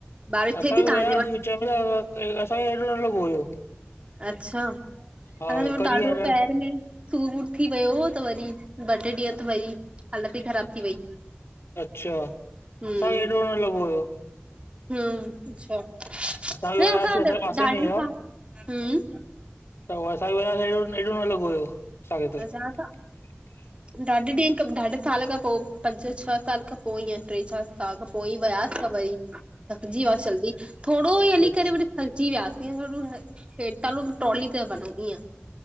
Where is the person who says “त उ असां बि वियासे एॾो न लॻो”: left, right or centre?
Left